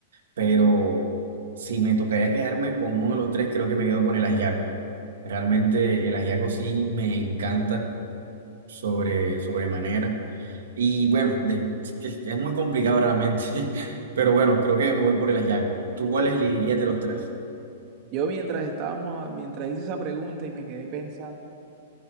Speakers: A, on the right; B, on the right.
A: pero si me tocaría quedarme con uno de los tres, creo que me quedo con el ajiaco. Realmente el ajiaco sí me encanta sobre, sobremanera. Y bueno, de- es que es muy complicado realmente, <laughs> pero bueno, creo que me voy por el ajiaco. ¿Tú cuál elegirías de los tres?
B: Yo mientras estábamos, mientras hice esa pregunta y me quedé pensando,